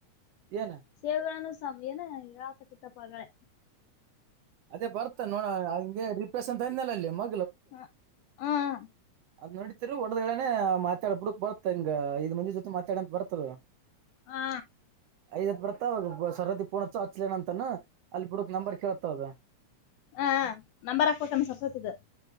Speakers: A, on the right; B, on the left.
A: ಏನ್
B: ಸೇವೆಗಳನ್ನು ಸ ಏನ ಹೇಳಾಕತಿತ್ತಪ್ಪ ಆಗಳೆ
A: ಅದೇ ಬರ್ತ ನೋಡ ಹಂಗೆ ರಿಫ್ರೆಶ್ ಅಂತ ಹೇಳಿದ್ನಲ್ಲ ಅಲ್ಲಿ ಮ
B: ಹ್ಮ ಹ್ಮ್
A: ಅದ್ ನೋಡತಿರಿ ಹೊಡದ್ಡೆೇನ ಮಾತಾಡ ಬಿಡಕ್ ಬರ್ತ ಹಿಂಗ ಐದ ಮಂದಿ ಜೊತೆ ಮಾತಾಡಂತ ಬರ್ತದ
B: ಹಾ
A: ಐದ ಹತ್ ಬರ್ತಾವಾಗ ಸರದ ಪೂರ್ತ್ಸ ಹಚ್ಲೇನ ಅಂತಾನನು ಅಲ್ಲಿ ಬುಡಕ್ ನಂಬರ್ ಕೇಳ್ತಾತದ
B: ಹಾ ಹಾ ನಂಬರ್ ಹಾಕ್ಬನ ಸರಸ್ವತಿ ದ